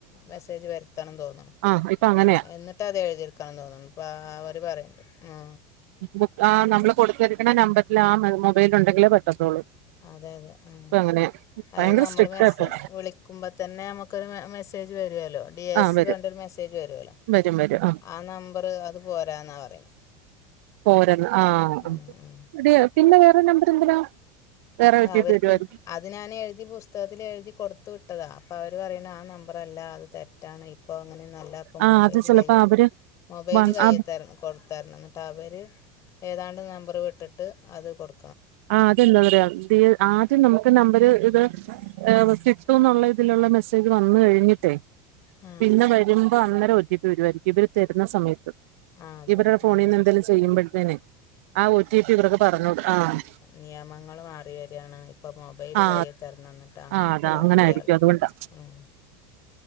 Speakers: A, on the left (about 45°); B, on the right (about 70°).
A: മെസ്സേജ് വരുത്തണന്ന് തോന്നണ്
B: ആഹ്പ്പൊ അങ്ങനെ
A: എന്നിട്ട് അത് എഴുതിരിക്കണംന്ന് തോന്നുന്നുണ്ട് അപ്പം അവർ പറയണ്ട് ആ
B: ബക്ക് ആ നമ്മള് കൊടുത്തിരിക്കുന്ന നമ്പറിൽ ആ മൊബൈല ഉണ്ടെങ്കിലേ പറ്റത്തുള്ളൂ
A: അതെ അതെ ആഹ്
B: ഇപ്പൊ അങ്ങനെയാ
A: അത്
B: ഭയങ്കര
A: നമ്മള്
B: സ്ട്രിക്റ്റാ
A: മെസെ
B: ഇപ്പൊ
A: വിളി <unintelligible> അമ്മക്കൊരു മെ മെസ്സേജ് വരുവാല്ലോ. ഡി എ
B: ആ
A: സി
B: വരും
A: പറഞ്ഞിട്ട് ഒരു മെസ്സേജ് വരുവല്ലോ
B: വരും വരും
A: ആ നമ്പറ് അത് പോരാന്നാ പറയണെ.
B: പോരന്ന് ആഹ്
A: ഉം ഉം
B: എടി പിന്നെ വേറെ നമ്പർ എന്തിനാ. വേറെ
A: <unintelligible>
B: ഒ ടി
A: അവര്ക്ക്
B: പി വരുവായിരിക്കും
A: അതി ഞാന് എഴുതി പുസ് <unintelligible> എഴുതി കൊടുത്ത് വിട്ടതാ. അപ്പൊ അവര് പറയണ് ആ നമ്പറല്ല അത് തെറ്റാണ് എ ഇപ്പോ അങ്ങനെന്നും അല്ല. ഇപ്പൊ
B: ആ
A: മൊബൈല്
B: അത് ചിലപ്പോ
A: കയ്യേ
B: അവര്
A: മൊബൈല്
B: വൺ
A: കയ്യേ
B: അത്
A: ത്തരണം. കൊടുത്തായിരുന്നു. എന്നിട്ട് അവര് ഏതാണ്ട് നമ്പറ് വിട്ടിട്ട് അത് കൊട്
B: ആഹ് അതെന്താന്നറിയൊ ദി ആദ്യം നമുക്ക് നമ്പര് ഇത്. ഏഹ് ഫസ്റ്റ് ഇട്ടൂ എന്നുള്ള ഇതിലുള്ള മെസ്സേജ് വന്ന് കഴിഞ്ഞിട്ടേ.
A: ആ
B: പിന്നെ വരുമ്പ അന്നേരം ഒ ടി പി വരുവായിരിക്കും ഇവര് തരുന്ന സമയത്ത്.
A: ആ ആ അതെ
B: ഇവര്ടെ
A: അതെ
B: ഫോണിന്ന്
A: ആ
B: എന്തെലും ചെയ്യുമ്പഴ്ത്തേനെ ആ ഒ ടി പി ഇവർക്ക് പറഞ്ഞൊട് ആഹ്.
A: നിയമങ്ങള് മാറി വരാണ് ഇപ്പോ മൊബൈല്
B: ആ
A: കൈയി തരണം എന്നിട്ട് അങ്ങനെയൊക്കെ
B: ആ അതാ
A: പറഞ്ഞു
B: അങ്ങനെ
A: അയാള്
B: ആയിരിക്കും അതുകൊണ്ടാ
A: ആഹ്